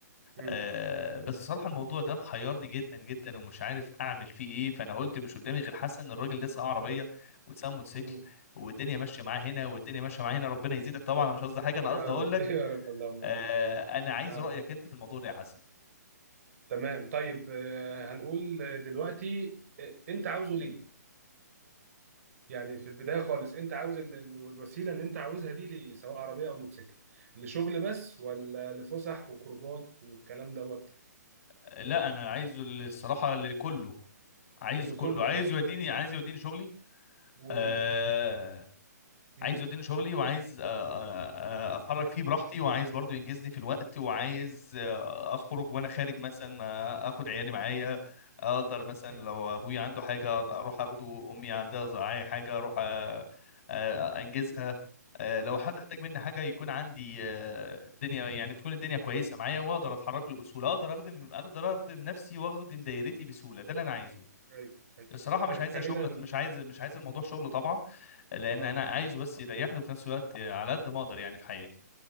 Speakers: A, on the right; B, on the left.
A: مم.
B: آه، بس صراحة الموضوع ده محيرني جدا جدا ومش عارف اعمل فيه ايه فانا قلت مش قدامي غير حسن الراجل ده سواق عربية وسواق موتوسيكل
A: مم.
B: والدنيا ماشية معاه هنا والدنيا ماشية معاه هنا ربنا يزيدك طبعا انا مش قصدي حاجة
A: يا
B: انا قصدي اقول
A: رب
B: لك
A: <laughs> يا رب اللهم
B: آه،
A: امين
B: انا عايز
A: اه
B: رأيك انت في الموضوع ده يا حسن
A: تمام طيب آه، هنقول آه، دلوقتي آه، انت عاوزه ليه يعني في البدايه خالص انت عاوز ال- ال- الوسيله اللي انت عاوزها دي ليه سواء عربيه او موتوسيكل لشغل بس ولا لفسح وخروجات والكلام دوت
B: آه، لا انا عايز الصراحة لكله عايز
A: لكله
B: كله عايز يوديني عايز يوديني شغلي
A: و
B: آه،
A: مم.
B: عايز يوديني شغلي وعايز آه، آه، آه، اتحرك فيه براحتي وعايز برضو ينجزني في الوقت وعايز آه، اخرج وانا خارج مثلا آه، اخد عيالي معايا اقدر مثلا
A: مم.
B: لو ابويا عنده حاجه اروح اخده امي عندها ز- أي حاجه اروح آه، آه، انجزها آه، لو حد احتاج مني حاجه يكون عندي آه، الدنيا يعني تكون الدنيا كويسه معايا واقدر اتحرك له بسهوله اقدر اخدم اقدر اخدم نفسي واخدم دايرتي بسهوله ده اللي انا عايزه
A: ايوه ايوه
B: الصراحه
A: طيب
B: مش عايزه
A: خلينا
B: شغل مش عايز مش عايز الموضوع شغل طبعا لان
A: اه
B: انا عايزه بس يريحني وفي نفس الوقت على قد ما اقدر يعني في حياتي